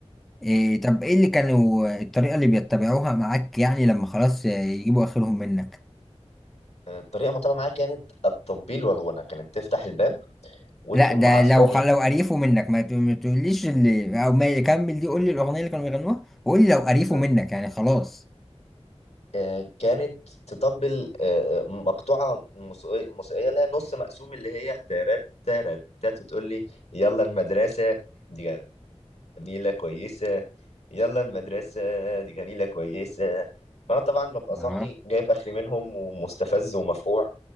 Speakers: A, in the centre; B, on the left (about 75°).
A: إيه طب ايه اللي كانوا الطريقة اللي بيتبعوها معاك يعني لما خلاص يجيبوا اخرهم منك
B: آه، الطريقة المتبعة معايا كانت التطبيل والغنى كانت تفتح الباب وتقوم
A: لا ده
B: عسالي
A: لو خ- لو قريفوا منك ما ت- ما تقوليش اللي او ما يكمل دي قول لي الاغنية اللي كانوا بيغنوها وقول لي لو قريفوا
B: آه،
A: منك يعني خلاص
B: آه، كانت تطبل آه، آه، مقطوعة موسيقية موسيقية اللي هي نص مقسوم اللي هي تارات تارات تات وتقول لي يلا المدرسة دي جميلة كويسة يلا المدرسة دي جميلة كويسة فأنا طبعا ببقى
A: اه
B: صاحي جايب آخري منهم ومستفز ومفقوع